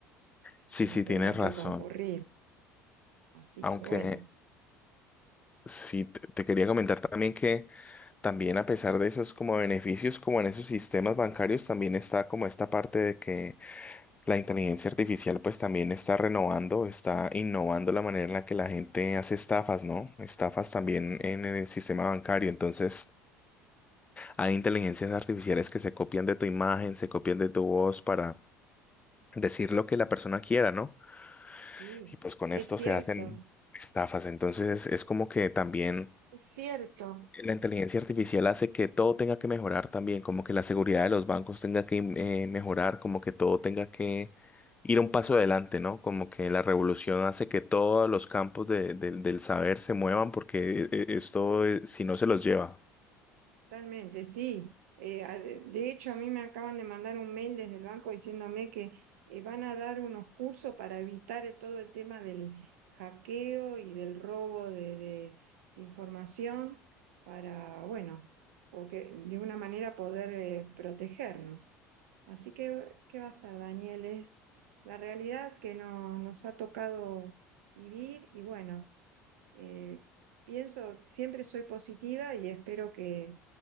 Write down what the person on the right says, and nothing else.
de no
tener
que
concurrir. Así
que bueno,
sí,
es
cierto,
es cierto.
Totalmente, sí. Eh, a- de de hecho, a mí me acaban de mandar un mail desde el banco diciéndome que eh, van a dar unos cursos para evitar eh, todo el tema del hackeo y del robo de, de- de información para, bueno, porque de una manera poder eh, protegernos. Así que, ¿qué vas a, Daniel? Es la realidad que no- nos ha tocado vivir y bueno. Eh, pienso, siempre soy positiva y espero que,